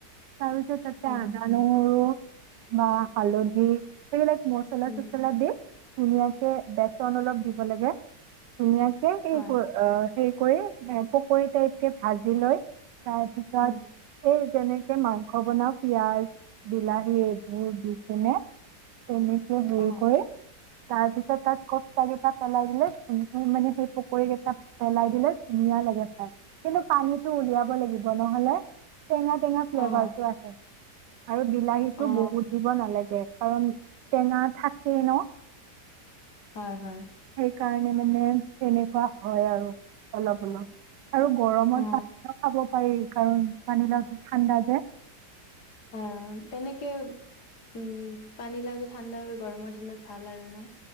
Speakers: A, on the right; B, on the left.
A: তাৰপিছত তাতে
B: অ
A: আদা নহৰু বা হালধি সেইবিলাক মছলা
B: উম
A: চছলা দি ধুনীয়াকে বেচন অলপ দিব বেলাগে ধুনীয়াকে সেই
B: হয়
A: অ হেৰি কৰি পকৰী টাইপ কে ভাজি লৈ তাৰপিছত
B: উম
A: এই যেনেকে মাংস বনাও পিয়াজ বিলাহী এইবোৰ দি কিনে তেনেকে হেৰি
B: অ
A: কৰি তাৰপিছত তাত কপ চাৰিটা পেলাই দিলে হে মানে সেই পকৰী কেইটা পেলাই দিলে ধুনীয়া লাগে চাই কিন্তু পানীটো উলিয়াব লাগিব নহলে টেঙা টেঙা ফ্লেভাৰটো
B: অ
A: আহে আৰু বিলাহীটো
B: অ
A: বহুত দিব নালাগে কাৰণ টেঙা থাকে ন
B: হয়-হয়,
A: কাৰণে মানে তেনেকুৱা হয় আৰু অলপ-অলপ। আৰু গৰমত
B: অ
A: পাচটা খাব পাৰি। কাৰণ পানী লেওঁতো ঠাণ্ডা যে
B: হয় অ তেনেকে উম, পানী লাও যে ঠাণ্ডা গৰমৰ দিনত ভাল আৰু ন।